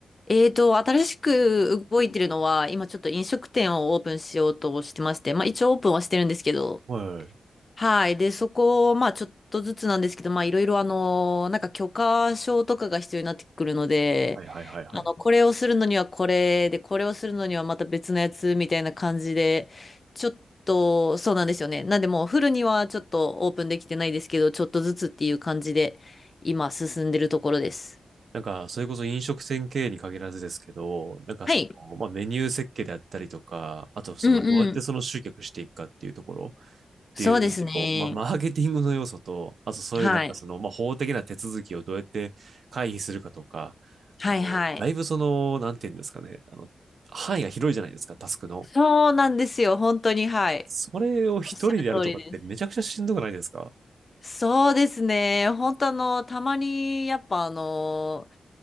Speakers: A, on the left; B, on the right.
A: えーと、新しく動いてるのは、今ちょっと飲食店をオープンしようとしてまして、まあ一応オープンはしてるんですけど、
B: は
A: はい。で、そこを、まあ、ちょっとずつなんですけど、まあ、いろいろ、あの、なんか許可証とかが必要になってくるので、
B: いはいはいはいはいはい。
A: あの、これをするのにはこれで、これをするのにはまた別のやつみたいな感じで、ちょっと、そうなんですよね。なんで、もうフルにはちょっとオープンできてないですけど、ちょっとずつっていう感じで、今、進んでるところです。
B: なんか、それこそ飲食店経営に限らずですけど、なんかその、
A: はい。
B: まあ、メニュー設計であったりとか、あとその、
A: うんうん。
B: どうやってその集客していくかっていうところ、っていう、
A: そうですね。
B: こう、ま、マーケティングの要素と、あとそういうなんかその、
A: はい。
B: まあ、法的な手続きをどうやって回避するかとか、
A: はいはい。
B: あの、だいぶその、なんていうんですかね、あの、範囲が広いじゃないですか、タスクの。
A: そうなんですよ。本当に、はい。
B: それを一人でやるとかってめちゃくちゃしんどくないですか
A: おっしゃる通りです。そうですね。本当あの、たまに、やっぱあの、